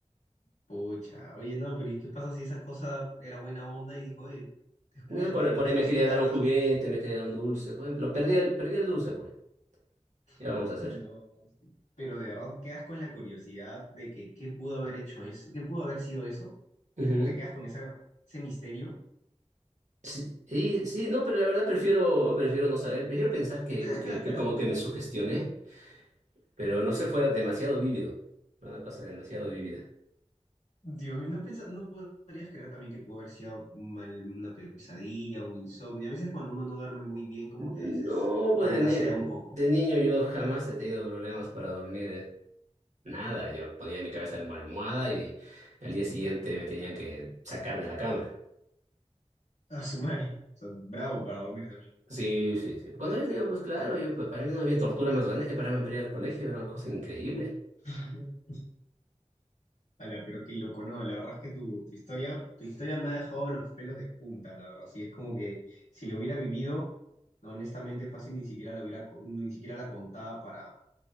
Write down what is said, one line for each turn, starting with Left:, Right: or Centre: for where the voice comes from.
Left: Pucha, oye, no, pero ¿y qué pasa si esa cosa era buena onda y dijo, oye, descuídate,
Right: No, por,
Left: yo
Right: por
Left: te
Right: ahí
Left: vacío
Right: me quería
Left: la
Right: dar
Left: casa?
Right: un juguete, me quería dar un dulce, por ejemplo, perdí el, perdí el dulce, pues, ¿qué vamos
Left: <laughs>
Right: a hacer?
Left: No, no, sí. Pero de verdad quedas con la curiosidad de que qué pudo haber hecho eso, qué pudo haber sido eso.
Right: Ujú.
Left: Te, te quedas con esa, ese misterio.
Right: Sí, sí, sí, no, pero la verdad prefiero, prefiero no saber, prefiero pensar que,
Left: <laughs>
Right: que, que como que me sugestioné, pero no se fuera demasiado vívido, fue una cosa demasiado vívida.
Left: Dios mío, no pensa- no podrías creer también que pudo haber sido mal, una pesadilla, un insomnio. A veces cuando uno no duerme muy bien, como
Right: No,
Left: que a veces
Right: pues
Left: fantasea
Right: de, ni-
Left: un poco.
Right: de niño yo jamás he tenido problemas para dormir, eh. Nada, yo ponía en mi cabeza en la almohada y al día siguiente me tenían que sacar de la cama.
Left: A su madre. O sea, bravo para dormir también.
Right: Sí, sí, sí. Cuando eres niño, pues claro, yo, para mí no había tortura más grande que pararme para ir al colegio, era una cosa increíble.
Left: <laughs> Ala, pero qué loco, no, la verdad es que tu, tu historia, tu historia me ha dejado los pelos de punta, la verdad. Sí, es como que si lo hubiera vivido, honestamente fácil ni siquiera la hubiera, co- ni siquiera la contaba para.